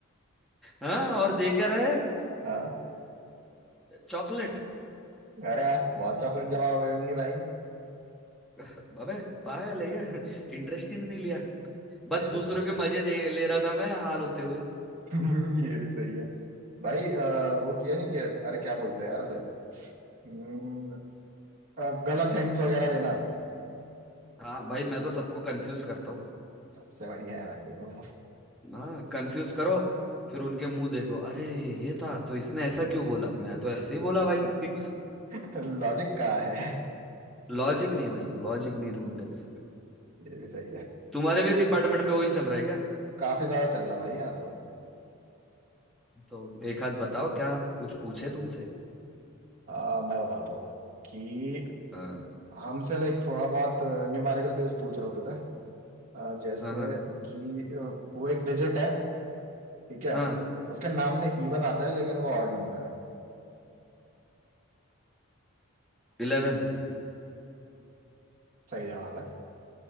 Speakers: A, in the centre; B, on the right (about 35°).
A: हाँ और दे क्या रहे
B: हाँ
A: चॉकलेट
B: अरे यार बहुत चॉकलेट जमा हो गई होंगी भाई
A: अबे पायल है क्या <laughs> इंटरेस्ट ही नहीं लिया बस
B: ये
A: दूसरों
B: भी सही
A: के
B: है <laughs>
A: मजे दे ले रहा था मैं हाल होते हुए
B: ये भी सही है भाई अ, वो किया नहीं किया अरे क्या बोलते हैं यार उसे हम्म, अ, गलत हिंट्स वगैरह देना
A: हाँ भाई मैं तो सबको कंफ्यूज करता हूँ।
B: सबसे बढ़िया है भाई वो
A: हाँ कंफ्यूज करो फिर उनके मुंह देखो अरे ये था तो इसने ऐसा क्यों बोला मैं तो ऐसे ही बोला भाई <laughs>
B: <laughs> लॉजिक का है ये
A: लॉजिक नहीं भाई लॉजिक नहीं ढूंढते उस पे
B: भी सही है
A: तुम्हारे भी डिपार्टमेंट में वही चल रहा है क्या
B: काफी ज्यादा चल रहा है भाई यहाँ तो
A: तो एक हाथ बताओ क्या कुछ पूछे तुमसे
B: हाँ मैं बताता हूँ कि
A: हाँ
B: हमसे लाइक थोड़ा बहुत न्यूमेरिकल बेस पूछ रहे होते थे अ, जैसे
A: हाँ हाँ
B: कि अ, वो एक डिजिट है ठीक है
A: हाँ
B: उसके नाम में इवन आता है लेकिन वो ऑड नंबर है
A: इलेवन
B: सही जवाब है